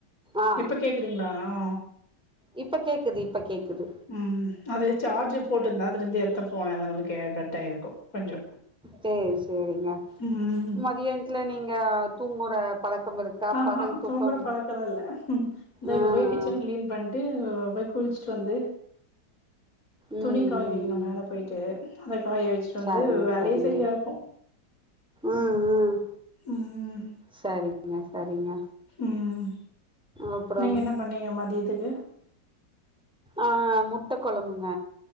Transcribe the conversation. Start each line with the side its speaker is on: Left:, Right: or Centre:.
Centre: ஆ
Left: இப்ப கேக்குதுங்ளா ஆ
Centre: இப்ப கேக்குது இப்ப கேக்குது
Left: ம் அது சார்ஜ் போட்டுஇருந்தா அதுல இருந்து எடுத்த ஃபோன் அதா உங்களுக்கு கட் ஆயிருக்கு கொஞ்சோ
Centre: சேரி சேரிங்க
Left: ம்
Centre: மதியானத்துல நீங்க தூங்குற பழக்கம் இருக்கா
Left: ஆஹ
Centre: பகல் தூக்கம்
Left: தூங்குற பழக்கலா இல்ல இந்தா
Centre: ஆ
Left: இப்பப்போய்
Centre: ஆ
Left: கிச்சன் கிளீன் பண் ட்டு போய் குளிச்சிட்டு வந்து
Centre: ம்
Left: துணி
Centre: ம்
Left: காய வைக்கனு
Centre: ம்
Left: மேல போயிட்டு அதை காய வச்சுட்டு
Centre: சரிங்க
Left: வந்து வேலையே
Centre: சரிங்க
Left: செரியா இருக்கு
Centre: ம், ம்,
Left: ம்
Centre: செரிங்க செரிங்க
Left: ம்
Centre: அப்றோம்
Left: நீங்க என்ன பண்ணீங்க மதியத்துக்கு
Centre: ஆ முட்ட கொழம்புங்க